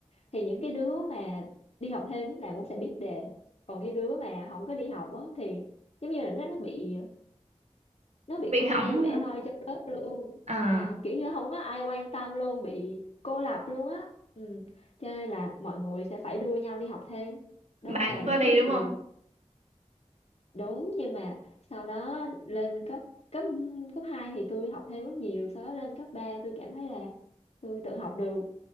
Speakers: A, on the left; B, on the right.
A: thì những cái đứa mà đi học thêm lúc nào cũng sẽ biết đề còn cái đứa mà không có đi học á thì giống như là nó nó bị nó bị
B: bị
A: cô
B: hỏng
A: đơn lẻ
B: hả?
A: loi trong lớp luôn
B: À.
A: Ờ, kiểu như không có ai quan tâm luôn bị cô lập luôn á ừ. cho nên là mọi người sẽ phải đua nhau đi học thêm đó
B: Bà
A: là
B: cũng có
A: <laughs>
B: đi
A: cái điều
B: đúng không?
A: mà đúng nhưng mà sau đó lên cấp cấp cấp 2 thì tôi học thêm rất nhiều sau đó lên cấp 3 tôi cảm thấy là tôi tự học được